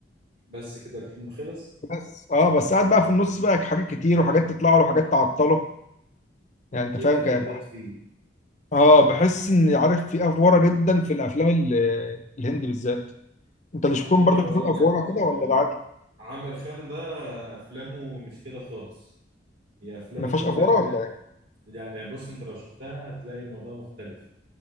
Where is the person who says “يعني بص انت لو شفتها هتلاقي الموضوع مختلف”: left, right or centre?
Right